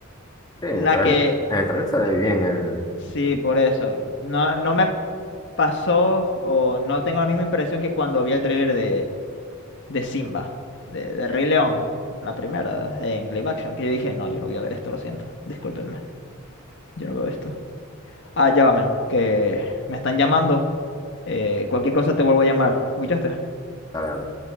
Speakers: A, on the left; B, on the left.
A: Sí, en
B: La
A: el trailer,
B: que.
A: en el trailer se
B: la-
A: ve bien el...
B: sí, por eso. No, no me pasó o no tengo la misma impresión que cuando vi el trailer de, de Simba, de, de Rey León, la primera, en live action, que yo dije, no, yo no voy a ver esto, lo siento, discúlpenme. Yo no veo esto. Ah, ya va, men, que me están llamando. Eh, cualquier cosa te vuelvo a llamar. ¿Escuchaste?
A: Dale, dale.